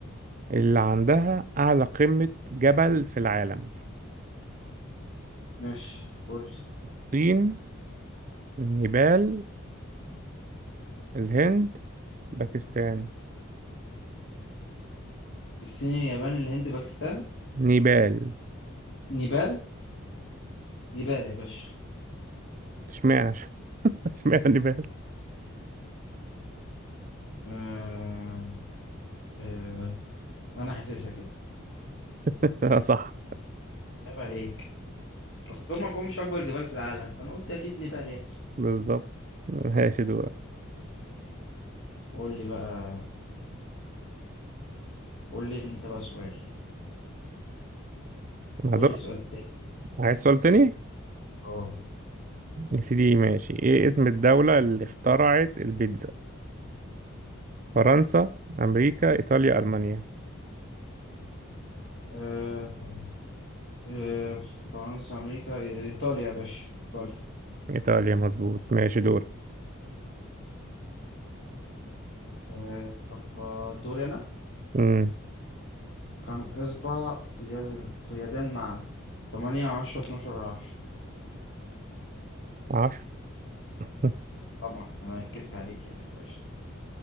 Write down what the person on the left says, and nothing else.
ماشي قول لي
الصين اليابان الهند باكستان
نيبال نيبال يا باشا
آه... آه... انا حاسسها كده
عيب عليك اصل دول ما فيهمش اكبر جبال في العالم فانا قلت اكيد نيبال يعني
قول لي بقى قول لي انت بقى سؤال قول
لي سؤال تاني
اه
آه، آه، فرنسا امريكا ايطاليا يا باشا ايطاليا
آه، يلا دوري انا
كم اصبع في اليد في اليدين معا 8 10 12 10
طبعا انا اكدت عليك يعني فقشطة